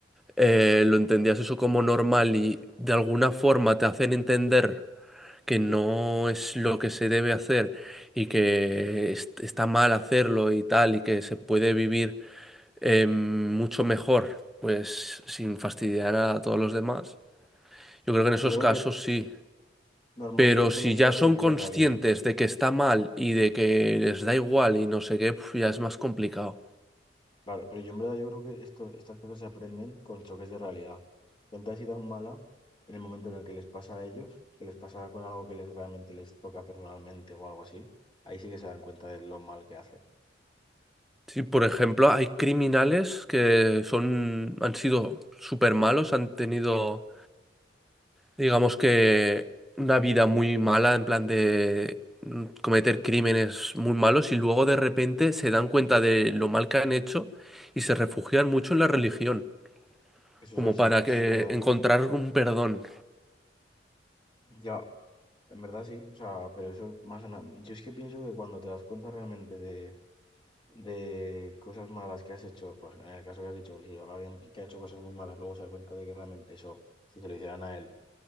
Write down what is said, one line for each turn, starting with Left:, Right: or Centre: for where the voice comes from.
Centre: eh, lo entendías eso como normal y de alguna forma te hacen entender que no es lo que se debe hacer y que
Left: Sí.
Centre: est- está mal hacerlo y tal, y que se puede vivir em, mucho mejor, pues sin fastidiar a todos los demás. Yo creo que en esos
Left: Yo creo
Centre: casos
Left: que
Centre: sí.
Left: normalmente
Centre: Pero
Left: suelen
Centre: si
Left: ser
Centre: ya son
Left: choques
Centre: conscientes
Left: de realidad,
Centre: de que está mal y de que les da igual y no sé qué, pf, ya es más complicado.
Left: claro, pero yo en verdad yo creo que esto, estas cosas se aprenden con choques de realidad. Gente así tan mala, en el momento en el que les pasa a ellos, que les pasa con algo que les realmente les toca personalmente o algo así, ahí sí que se dan cuenta de lo mal que hacen.
Centre: Sí, por ejemplo, hay criminales que son, han sido súper malos, han tenido, digamos que, una vida muy mala, en plan de mm, cometer crímenes muy malos y luego de repente se dan cuenta de lo mal que han hecho y se refugian
Left: Mm.
Centre: mucho en la religión,
Left: Eso
Centre: como
Left: es así,
Centre: para
Left: eso
Centre: que
Left: es verdad.
Centre: encontrar un perdón.
Left: Ya, en verdad sí, o sea, pero eso más... nada Yo es que pienso que cuando te das cuenta realmente de, de cosas malas que has hecho, pues en el caso que has dicho, si alguien que ha hecho cosas muy malas luego se da cuenta de que realmente eso, si se lo hicieran a él,